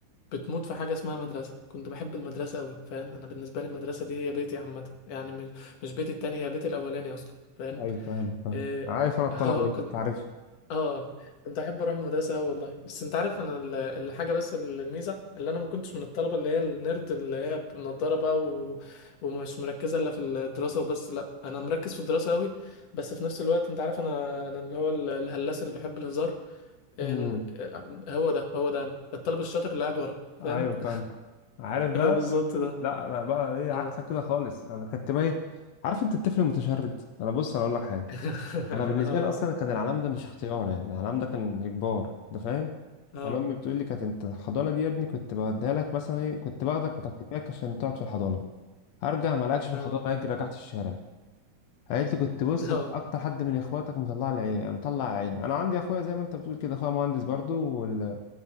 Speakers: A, on the left; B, on the left.
A: بتموت في حاجه اسمها مدرسه كنت بحب المدرسه قوي فاهم انا بالنسبه لي المدرسه دي هي بيتي عامه يعني مش مش بيتي التاني هي بيتي الاولاني اصلا فاهم
B: ايوه فاهم فاهم
A: اه
B: عارف انا الطلبه
A: <laughs> آه،
B: دي أنت
A: كنت
B: عارفها
A: اه كنت احب اروح المدرسه أوي والله بس انت عارف انا ال- الحاجه بس ال- الميزه اللي انا ما كنتش من الطلبه اللي هي النيرد اللي هي بنضاره بقى و... ومش مركزه الا في الدراسه وبس لا انا مركز في الدراسه قوي بس في نفس الوقت انت عارف انا انا اللي هو ال- الهلاس اللي بيحب الهزار
B: امم
A: إن- هو ده هو ده انا الطالب الشاطر اللي قاعد ورا فاهم
B: ايوه فاهم عارف
A: <laughs>
B: بقى
A: هو بالظبط ده
B: لا انا بقى ايه عكسك
A: اه
B: كده خالص انا كنت بقى إيه؟ عارف انت الطفل المتشرد انا بص انا اقول لك حاجه
A: <laughs>
B: انا بالنسبه
A: اه
B: لي اصلا كان العلام ده مش اختيار يعني العلام ده كان اجبار ده فاهم
A: اه
B: انا امي بتقول لي كانت انت الحضانه دي يا ابني كنت بوديها لك مثلا ايه كنت باخدك مكتفاك عشان تقعد في الحضانه هرجع ما لقاكش في
A: اه
B: الحضانه اجي رجعت الشارع قالت لي كنت بص
A: اه
B: أنت اكتر حد من اخواتك مطلع لي عيني مطلع عيني انا عندي اخويا زي ما انت بتقول كده اخويا مهندس برضو وال...